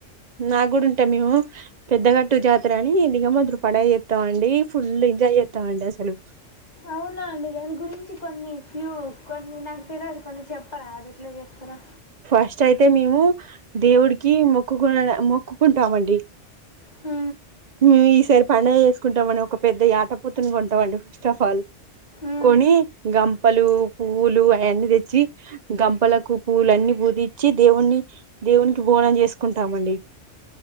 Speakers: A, on the right; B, on the left.
A: నాకు కూడా ఉంటే మేము పెద్దగట్టు జాతర అని ఇకా మొదరు పడ చేస్తాం అండి ఫుల్ ఎంజాయ్ చేస్తాం అండి అసలు
B: అవునా అండి దాని గురించి కొన్ని ఫ్యూ కొన్ని నాకు తెలవదు కొన్ని చెప్పరాదు ఎట్లా చేస్తారో
A: ఫస్ట్ అయితే మేము దేవుడికి మొక్కుకు మొక్కుకుంటామండి
B: హ
A: మేము ఈసారి పడుగ చేసుకుంటాం అండి ఒక పెద్ద యాట పోతుని కొంటామండి ఫస్ట్ ఆఫ్ ఆల్
B: ఉమ్,
A: కొని గంపలు పూవ్వులు అయ న్నీ తెచ్చి గంపలకు పూలు అన్ని పూదిచ్చి దేవున్ కి దేవునికి బోనం చేసుకుంటామఅండి